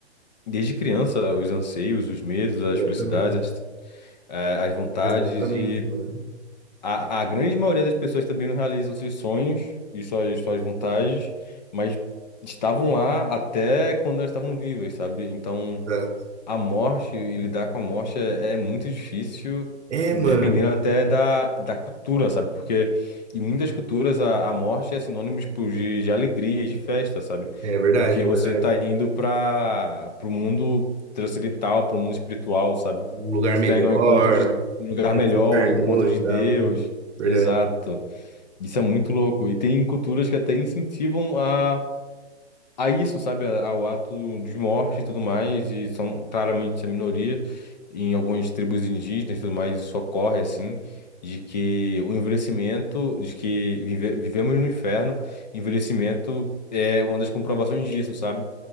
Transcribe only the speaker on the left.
desde criança os anseios, os medos, as
felicidades, as, eh, as vontades.
E
a, a grande maioria das pessoas também não realizam seus sonhos e suas, suas vontades, mas estavam lá até quando elas estavam vivas, sabe? Então
a morte e lidar com a morte é, é muito difícil,
dependendo
até da, da cultura, sabe? Porque em muitas culturas a, a morte é sinônimo tipo, de, de alegria, de festa, sabe?
Porque
você
tá indo para o mundo transcendental, para o mundo espiritual, sabe?
Você
tá indo ao encontro de um lugar
melhor,
ao encontro
de Deus.
Exato. Isso é muito louco. E tem culturas que até incentivam a a isso, sabe, a- ao ato de morte e tudo mais, e são claramente a minoria em algumas tribos indígenas e tudo mais, isso ocorre assim, de que o envelhecimento, de que vive- vivemos no inferno, envelhecimento é uma das comprovações disso, sabe?